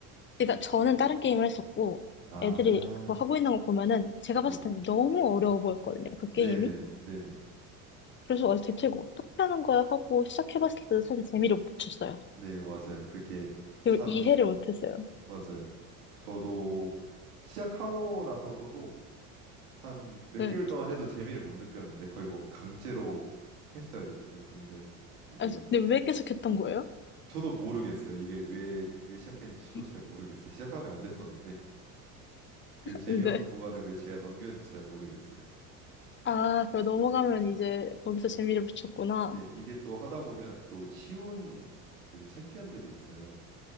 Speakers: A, on the left; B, on the right.
A: 그러니까 저는 다른 게임을 했었고
B: 아
A: 애들이 그거 하고 있는 거 보면은 제가
B: 네,
A: 봤을 때는 너무 어려워 보였거든요. 그
B: 네,
A: 게임이.
B: 네, 네, 네,
A: 그래서 어, 대체 이거 어떻게 하는 거야 하고 시작해봤을 때도 사실 재미를 못 붙였어요.
B: 네 맞아요. 그게
A: 그걸
B: 참
A: 이해를 못했어요.
B: 맞아요. 저도 시작하고 나서도 한 몇
A: 응.
B: 개월 동안 해도 재미를 못 느꼈는데 거의 뭐 강제로 했어야 됐죠. 근데 이게
A: 아, 근데 왜 계속 했던 거예요?
B: 저도 모르겠어요. 이게 왜 왜 시작했는지 저도
A: <laughs>
B: 잘 모르겠어요. 시작하면 안 됐었는데 그 재미없는
A: 네.
B: 구간을 왜 제가 넘겼는지 잘 모르겠어요. <laughs>
A: 아, 그럼 넘어가면 이제 거기서 재미를 붙였구나.
B: 네, 이게 또 하다 보면 또 쉬운 그 챔피언들이 있어요.